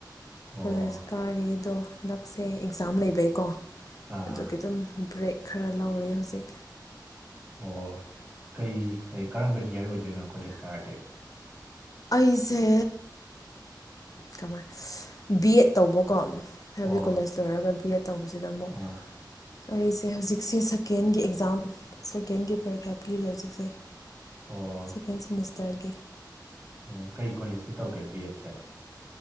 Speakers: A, on the right; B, on the left.
A: ꯑꯣ
B: ꯀꯣꯂꯦꯖ ꯀꯔꯤꯗꯣ ꯍꯟꯗꯛꯁꯦ ꯑꯦꯛꯖꯥꯝ ꯂꯩꯕꯩꯀꯣ
A: ꯑꯥ
B: ꯑꯗꯨꯒꯤ ꯑꯗꯨꯝ ꯕ꯭ꯔꯦꯛ ꯈꯔ ꯂꯧꯔꯤ ꯍꯧꯖꯤꯛ
A: ꯑꯣ ꯀꯩ ꯀꯔꯝꯕ ꯏꯌꯥꯔ ꯑꯣꯏꯗꯣꯏꯅꯣ ꯀꯣꯂꯦꯖ ꯀꯥꯔꯗꯤ
B: ꯑꯩꯁꯦ ꯀꯃꯥꯏꯅ ꯕꯤ ꯑꯦꯠ ꯇꯧꯕꯀꯣ ꯑꯥꯏ
A: ꯑꯣ
B: ꯕꯤ ꯀꯣꯂꯦꯖ ꯂꯣꯏꯔꯒ ꯕꯤ ꯑꯦꯠ ꯇꯧꯕꯁꯤꯗ ꯑꯃꯨꯛ
A: ꯑꯥ
B: ꯑꯩꯁꯦ ꯍꯧꯖꯤꯛꯁꯦ ꯁꯀꯦꯟꯒꯤ ꯑꯦꯛꯖꯥꯝ ꯁꯀꯦꯟꯒꯤ ꯄꯔꯤꯈ꯭ꯌꯥ ꯄꯤꯔꯤ ꯍꯧꯖꯤꯛꯁꯦ
A: ꯑꯣ
B: ꯁꯦꯀꯦꯟ ꯁꯦꯃꯤꯁꯇꯔꯒꯤ
A: ꯑꯣ ꯀꯩ ꯀꯣꯂꯦꯖꯇ ꯇꯧꯒꯦ ꯕꯤ ꯑꯦꯗꯁꯦ